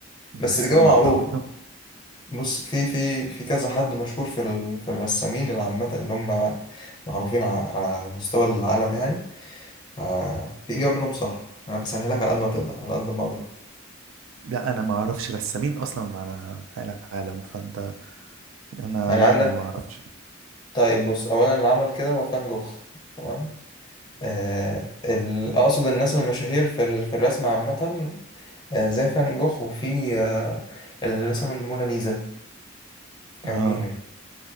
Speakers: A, on the right; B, on the left.
A: الرسام
B: بس الإجابة
A: اللي
B: معروفة
A: قطع ودنه
B: بص في في في كذا حد مشهور في ال... في الرسامين العامة اللي هم معروفين ع... على مستوى العالم يعني ففي إجابة منهم صح أنا بسهلها لك على قد ما تقدر على قد ما أقدر
A: لا انا ما اعرفش رسامين اصلا على على العالم فانت انا
B: يعني
A: لا
B: عندك
A: انا ما اعرفش
B: طيب بص اولا اللي عمل كده هو فان جوخ تمام آه ال- اقصد الناس المشاهير في ال- في الرسم عامه آه زي فان جوخ وفي آه اللي رسم الموناليزا كان
A: اه
B: مين ال-